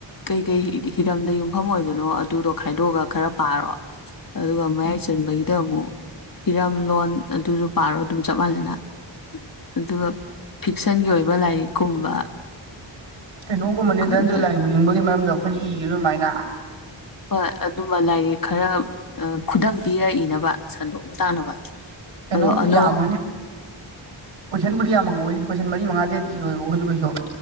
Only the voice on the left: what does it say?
ꯀꯩꯀꯩ ꯍꯤꯔꯝꯗ ꯌꯨꯝꯐꯝ ꯑꯣꯏꯕꯅꯣ ꯑꯗꯨꯗꯣ ꯈꯥꯏꯗꯣꯛꯑꯒ ꯈꯔ ꯄꯥꯔꯣ ꯑꯗꯨꯒ ꯃꯌꯥꯏ ꯆꯟꯕꯒꯤ ꯗꯃꯨꯛ ꯍꯤꯔꯝ ꯂꯣꯟ ꯑꯗꯨꯖꯨ ꯄꯥꯔꯣ ꯑꯗꯨꯝ ꯆꯞ ꯃꯥꯟꯅꯅ ꯑꯗꯨꯒ ꯐꯤꯛꯁꯟꯒꯤ ꯑꯣꯏꯕ ꯂꯥꯏꯔꯤꯛꯀꯨꯝꯕ
ꯈꯪꯗꯦ
ꯍꯣꯏ ꯑꯗꯨꯝꯕ ꯂꯥꯏꯔꯤꯛ ꯈꯔ ꯑ ꯈꯨꯗꯝ ꯄꯤꯔ ꯏꯅꯕ ꯁꯟꯗꯣꯛ ꯇꯥꯛꯅꯕ
ꯑꯗꯣ ꯑꯅꯧ